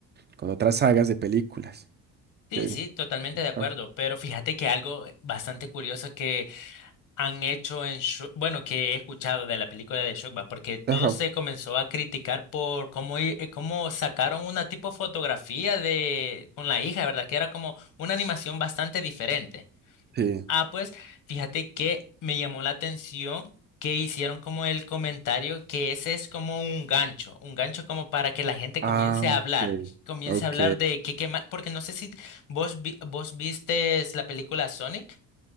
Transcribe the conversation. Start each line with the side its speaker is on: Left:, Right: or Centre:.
Right: con otras sagas de películas.
Left: Sí,
Right: Que,
Left: sí, totalmente de acuerdo,
Right: ah,
Left: pero fíjate que algo bastante curioso que han hecho en, Shr- bueno, que he escuchado de la película de Shrek, porque todo
Right: ajá,
Left: se comenzó a criticar por cómo, i- eh, cómo sacaron una tipo fotografía de con la hija, ¿verdad? Que era como una animación bastante diferente.
Right: sí.
Left: Ah, pues fíjate que me llamó la atención que hicieron como el comentario que ese es como un gancho, un gancho como para que la gente
Right: Ah,
Left: comience a
Right: ok.
Left: hablar, comience
Right: Ok.
Left: a hablar de qué qué ma- porque no sé si vos vi- vos vistes la película Sonic.